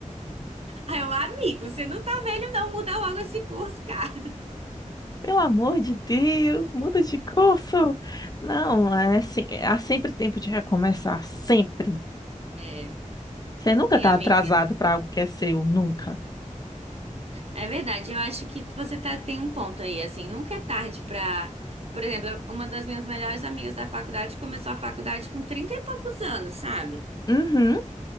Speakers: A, on the right; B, on the left.
A: Aí o amigo, você não tá velho não, muda logo esse curso, cara.
B: pelo amor de Deus, muda de curso. Não, é assim, há sempre tempo de recomeçar, sempre.
A: É,
B: Você nunca
A: sim,
B: tá
A: amiga.
B: atrasado para algo que é seu, nunca.
A: É verdade, eu acho que você tá, tem um ponto aí, assim, nunca é tarde pra... Por exemplo, uma das minhas melhores amigas da faculdade começou a faculdade com 30 e poucos anos, sabe?
B: Uhum,